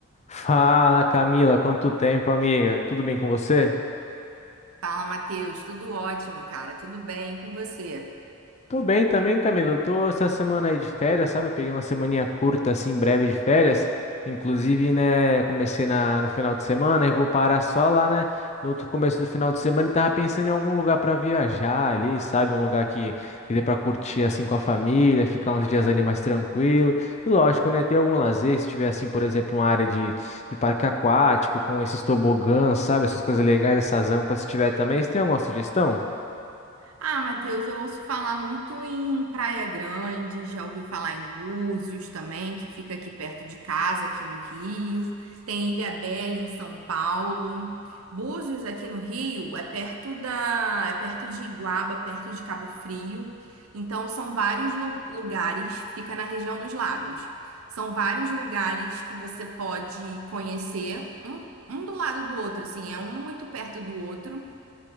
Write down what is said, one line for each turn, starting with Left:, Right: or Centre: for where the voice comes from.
Left: Fala, Camila, quanto tempo, amiga? Tudo bem com você?
Right: Fala, Matheus. Tudo ótimo, cara. Tudo bem E com você?
Left: Tô bem também, Camilo. Eu Tô essa semana aí de férias, sabe? Eu peguei uma semaninha curta, assim, breve de férias. Inclusive, né, comecei na, no final de semana e vou parar só lá, né, no outro começo do final de semana e tava pensando em algum lugar pra viajar ali, sabe? Um lugar que, que dê pra curtir, assim, com a família, ficar uns dias ali mais tranquilo. E lógico, né, ter algum lazer, se tiver, assim, por exemplo, uma área de, de parque aquático com esses tobogãs, sabe? Essas coisas legais, essas rampas, se tiver também. Você tem alguma sugestão?
Right: Ah, Matheus, eu ouço falar muito em Praia Grande, já ouvi falar em Búzios também, que fica aqui perto de casa, aqui no Rio. Tem Ilhabela em São Paulo. Búzios aqui no Rio é perto da, é perto de Iguaba, perto de Cabo Frio. Então são vários lu- lugares, fica na região dos lagos. São vários lugares que você pode conhecer, um, um do lado do outro, assim, é um muito perto do outro.